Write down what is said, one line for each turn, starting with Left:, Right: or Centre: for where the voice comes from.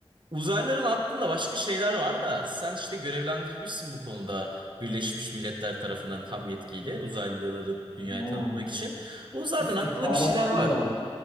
Right: uzaylıların aklında başka şeyler var da sen işte görevlendirilmişsin bu konuda Birleşmiş Milletler tarafından tam yetkiyle uzaylıları dünyaya
Left: Ha.
Right: tanıtmak için o uzaylıların
Left: İstihbaratçı
Right: aklında bir şeyler var
Left: da var.